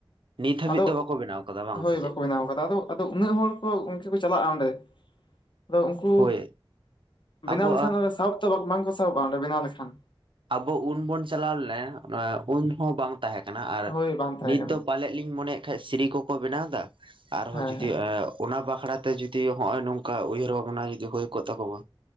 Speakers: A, on the right; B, on the left.
A: ᱱᱤᱛ ᱦᱟᱹᱵᱤᱡ
B: ᱟᱫᱚ
A: ᱫᱚ ᱵᱟᱠᱚ ᱵᱮᱱᱟᱣ ᱠᱟᱫᱟ ᱵᱟᱝ
B: ᱦᱳᱭ
A: ᱥᱮ ᱪᱮᱫ
B: ᱵᱟᱠᱚ ᱵᱮᱱᱟᱣ ᱟᱠᱟᱫᱟ ᱟᱫᱚ᱾ ᱟᱫᱚ ᱩᱱᱟᱹᱜ ᱦᱚᱲ ᱠᱚ ᱩᱱᱠᱩ ᱠᱚ ᱪᱟᱞᱟᱜᱼᱟ ᱚᱸᱰᱮ ᱟᱫᱚ ᱩᱱᱠᱩ
A: ᱦᱳᱭ
B: ᱵᱮᱱᱟᱣ
A: ᱟᱵᱚ
B: ᱞᱮᱠᱷᱟᱱ ᱚᱸᱰᱮ ᱥᱟᱦᱚᱵ ᱛᱚ ᱵᱟᱝᱠᱚ ᱥᱟᱦᱚᱵᱼᱟ ᱚᱸᱰᱮ ᱵᱮᱱᱟᱣ ᱞᱮᱠᱷᱟᱱ᱾
A: ᱟᱵᱚ ᱩᱱ ᱵᱩᱱ ᱪᱟᱞᱟᱣ ᱞᱮᱱᱟ ᱩᱱ ᱦᱚᱸ ᱵᱟᱝ, ᱛᱟᱦᱮᱸ ᱠᱟᱱᱟ ᱟᱨ
B: ᱦᱳᱭ ᱵᱟᱝ ᱛᱟᱦᱮᱸ
A: ᱱᱤᱛ
B: ᱠᱟᱱᱟ
A: ᱫᱚ ᱯᱟᱞᱮᱫ ᱞᱤᱧ ᱢᱚᱱᱮᱭᱮᱫ ᱠᱷᱟᱡ ᱥᱤᱨᱤ ᱠᱚᱠᱚ ᱵᱮᱱᱟᱣ ᱮᱫᱟ᱾ ᱟᱨᱦᱚᱸ
B: ᱦᱮᱸ
A: ᱡᱩᱫᱤ
B: ᱦᱮᱸ
A: ᱮ ᱚᱱᱟ ᱵᱟᱠᱷᱨᱟ ᱛᱮ ᱡᱩᱫᱤ ᱱᱚᱜ ᱚᱭ ᱱᱚᱝᱠᱟ ᱩᱭᱦᱟᱹᱨ ᱵᱷᱟᱵᱱᱟ ᱡᱚᱫᱤ ᱦᱩᱭ ᱠᱚᱜ ᱛᱟᱠᱚᱣᱟ᱾